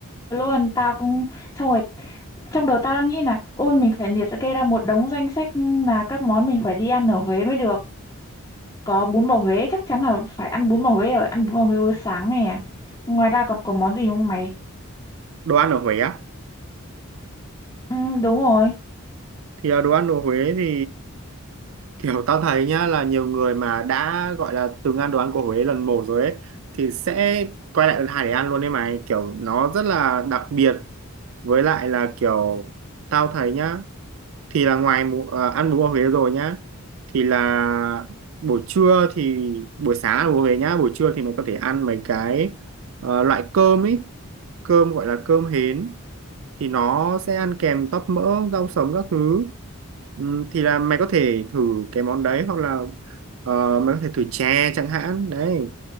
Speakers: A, on the left (about 20°); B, on the right (about 65°).
A: luôn, tao cũng xong rồi trong đầu tao đang nghĩ là ôi mình phải liệt kê ra một đống danh sách là các món mình phải đi ăn ở Huế mới được. Có bún bò Huế chắc chắn là phải ăn bún bò Huế rồi, ăn bún bò Huế bữa sáng này à. Ngoài ra còn có món gì không mày?
B: đồ ăn ở Huế á
A: Ừ, đúng rồi.
B: thì ờ, đồ ăn của Huế thì kiểu tao thấy nhá là nhiều người mà đã gọi là từng ăn đồ ăn của Huế lần một rồi ấy thì sẽ quay lại lần hai để ăn luôn đấy mày kiểu nó rất là đặc biệt với lại là kiểu tao thấy nhá thì là ngoài mù- ờ, ăn bún bò Huế rồi nhá thì là buổi trưa thì buổi sáng ăn bún bò Huế nhá buổi trưa thì mày có thể ăn mấy cái ờ, loại cơm ấy cơm gọi là cơm hến thì nó sẽ ăn kèm tóp mỡ rau sống các thứ Ừm, thì là mày có thể thử cái món đấy hoặc là ờ, mày có thể thử chè chẳng hạn đấy